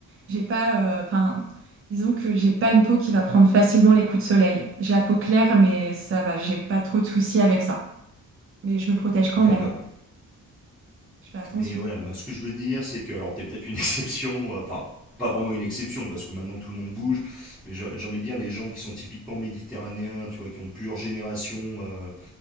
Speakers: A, on the right (about 40°); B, in the centre.
A: j'ai pas, euh, enfin, disons que j'ai pas une peau qui va prendre facilement les coups de soleil. J'ai la peau claire, mais ça va. J'ai pas trop de soucis avec ça. Mais je me protège quand
B: D'accord.
A: même. Je fais attention.
B: Mais voilà, bah, ce que je veux dire, c'est que alors t'es peut-être une <laughs> exception, euh, enfin. Pas vraiment une exception parce que maintenant tout le monde bouge, mais j'ai j'ai envie de dire les gens qui sont typiquement méditerranéens, tu vois, qui ont plusieurs générations euh,